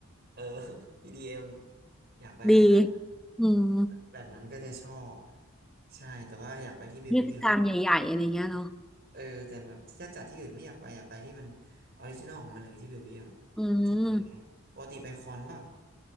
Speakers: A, on the right; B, in the centre.
A: เออ <laughs> EDM อมอยากไปแบบนั้น
B: ดีอืม
A: แบบนั้นก็จะชอบใช่แต่ว่าอยากไปที่เบลเยียม
B: เทศกาลใหญ่ๆอะไรเงี้ยเนาะ
A: เออแต่แบบถ้าจัดที่อื่นไม่อยากไปอยากไปที่มันออริจินอลของมันเลยที่เบลเยียม
B: อืม
A: ถูกรู้ลยปกติไปคอนป่ะ